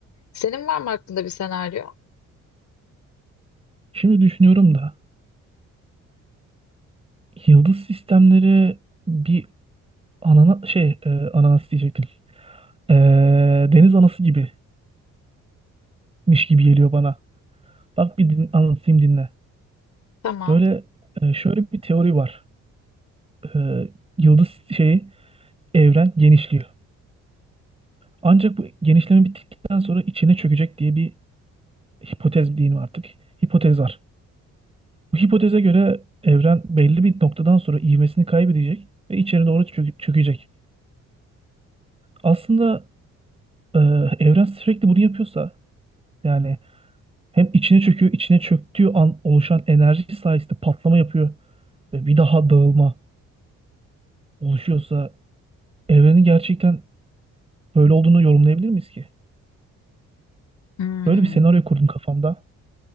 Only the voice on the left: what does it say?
Senin var mı aklında bir senaryo?
Tamam.
Hmm,